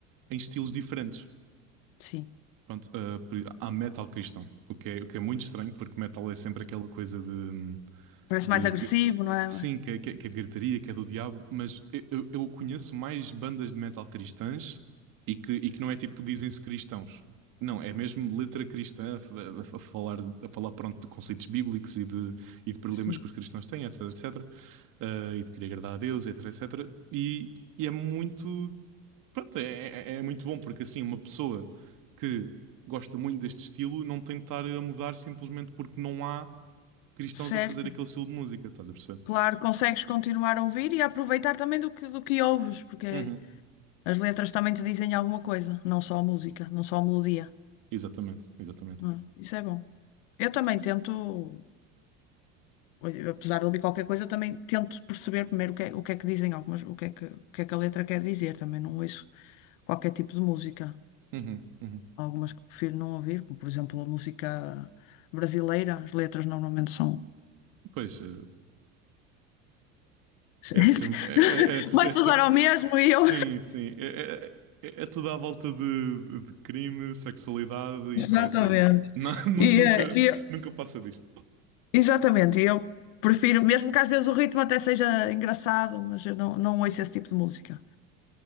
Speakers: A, on the right (about 55°); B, on the left (about 75°).
A: em estilos diferentes.
B: Sim.
A: Pronto, ah, por- há metal cristão, o que é, o que é muito estranho, porque metal é sempre aquela coisa de,
B: Parece
A: de-
B: mais agressivo,
A: de-
B: não é?
A: sim, que, é- que, é- que é gritaria, que é do diabo, mas eu, eu- eu conheço mais bandas de metal cristãs e que, e que não é tipo dizem-se cristãos. Não, é mesmo letra cristã a, a- a falar, a falar pronto, de conceitos bíblicos e de, e de problemas
B: Sim.
A: que os cristãos têm, etc, etc. eh, e de querer agradar a Deus, etc, etc. E, e é muito, pronto, é, é- é muito bom porque assim uma pessoa que gosta muito deste estilo não tem de estar a mudar simplesmente porque não há cristãos
B: Certo.
A: a fazer aquele estilo de música, estás a perceber?
B: Claro, consegues continuar a ouvir e a aproveitar também do que, do que ouves, porque
A: Uhum,
B: as letras também te dizem alguma coisa, não só a música, não só a melodia.
A: Exatamente, exatamente.
B: não é? Isso é bom. Eu também tento, eh, apesar de ouvir qualquer coisa, também tento perceber primeiro o que é, o que é que dizem algumas, o que é que, o que é que a letra quer dizer. Também não ouço qualquer tipo de música.
A: Uhum, uhum.
B: Há algumas que prefiro não ouvir, como por exemplo a música brasileira, as letras normalmente são.
A: Pois, eh,
B: <laughs>
A: é, sem- é, é, é, sem-
B: Vai tudo dar ao mesmo e eu.
A: sim, sim, é, é, é- é tudo à volta de, de crime, sexualidade
B: <laughs>
A: e
B: Exatamente.
A: traição. Não, <laughs> nu-
B: E,
A: nunca,
B: eh, e eu-
A: nunca passa disto.
B: exatamente, e eu prefiro, mesmo que às vezes o ritmo até seja engraçado, mas eu não, não ouço esse tipo de música.